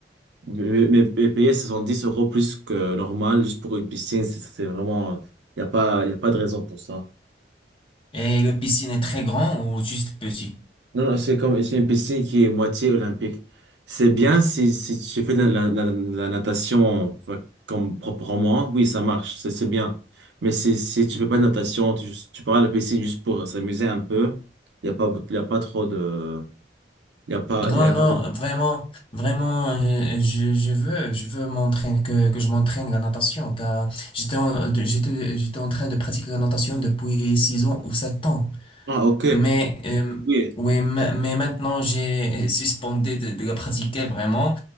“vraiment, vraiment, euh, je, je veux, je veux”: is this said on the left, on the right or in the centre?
Left